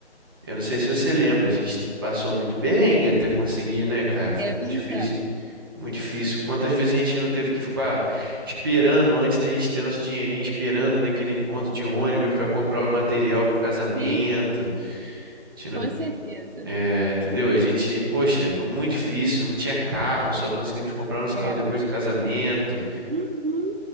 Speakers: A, on the right; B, on the right.
A: Eu não sei se você lembra, a gente passou muito perrengue até conseguir, né, cara? Foi
B: é
A: muito
B: verdade.
A: difícil. foi Muito difícil. Quantas vezes a gente não teve que ficar esperando antes da gente ter nosso dinheirinho, esperando naquele ponto de ônibus para comprar o material para o casamento.
B: Sim,
A: A gente não-
B: com certeza.
A: é, entendeu? A gente, poxa, foi muito difícil, não tinha carro, só conseguimos comprar nosso
B: É.
A: carro depois do casamento.
B: Uhum.